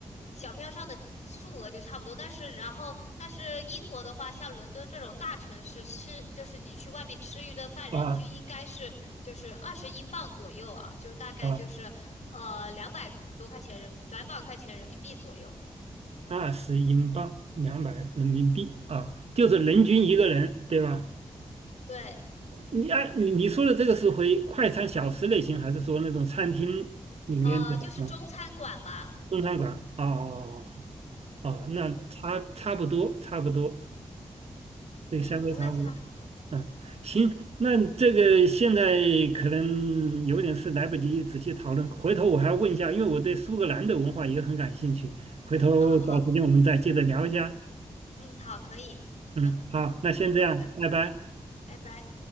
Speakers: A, on the left; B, on the right.
A: 小票上的数额就差不多，但是然后但是英国的话，像伦敦这种大城市吃，就是你去外面吃一顿饭，
B: 哦啊
A: 人均应该是就是二十英镑左右啊，就大概就是呃两百多块钱人，
B: 啊！
A: 两百块钱人民币左右，
B: 二十英镑，两百人民币啊，就是人均一个人，对吧？
A: 对。
B: 你按你你说的这个是回快餐小吃类型，还是说那种餐厅里面的啊
A: 呃，就是中餐馆吧，
B: 中餐馆？哦哦哦。
A: 嗯，
B: 哦哦，那差差不多，
A: 呃，
B: 差不多，
A: 嗯，是不会差很多，
B: 对，相对差不多。嗯，
A: 是的，
B: 行，那这个现在可能有点事，来不及仔细讨论，回头我还要问一下，因为我对苏格兰的文化也很感兴趣，回头找时间我们再接着聊一下。
A: 嗯，好，嗯，好，可以，好的，
B: 嗯，好，那先这样，
A: 嗯，拜拜，
B: 拜拜。
A: 拜拜。